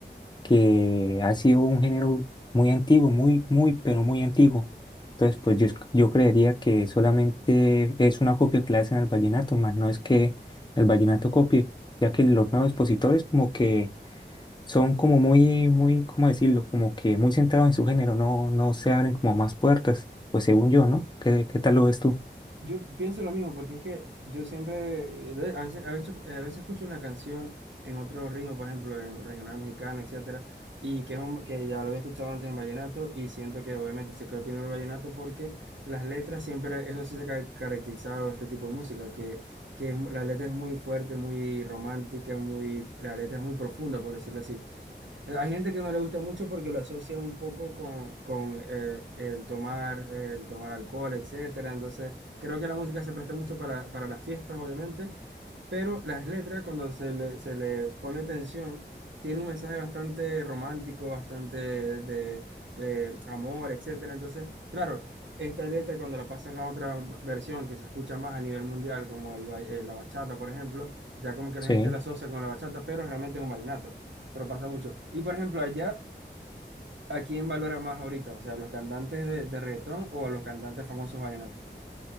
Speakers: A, on the left; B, on the right.
A: que ha sido un género muy antiguo, muy, muy, pero muy antiguo. Entonces, pues yo, yo creería que solamente es una copia que le hacen al vallenato, más no es que el vallenato copie, ya que los nuevos expositores como que son como muy, muy, ¿cómo decirlo? Como que muy centrados en su género, no, no se abren como más puertas, pues según yo, ¿no? ¿Qué, qué tal lo ves tú?
B: Yo pienso lo mismo, porque es que yo siempre, eh, de- a veces, a veces, a veces escucho una canción en otro ritmo, por ejemplo, en regional mexicano, etcétera, y que es un- que ya lo había escuchado antes en vallenato, y siento que obviamente se quedó primero el vallenato porque las letras siempre, eso sí se ha caracterizado a este tipo de música, que, que es mu- la letra es muy fuerte, muy romántica, muy, la letra es muy profunda, por decirlo así. Hay gente que no le gusta mucho porque lo asocia un poco con, con eh, el tomar, el tomar alcohol, etcétera. Entonces, creo que la música se presta mucho para, para las fiestas, obviamente, pero las letras, cuando se le, se le pone atención, tiene un mensaje bastante romántico, bastante de, de amor, etcétera. Entonces, claro, esta letra cuando la pasan a otra v- versión que se escucha más a nivel mundial, como el, ba- eh, la bachata, por ejemplo, ya como que la
A: Sí.
B: gente la asocia con la bachata, pero realmente es un vallenato, pero pasa mucho. Y por ejemplo, allá, ¿a quién valoran más ahorita? O sea, ¿a los cantantes de, de reggaetón o a los cantantes famosos vallenatos?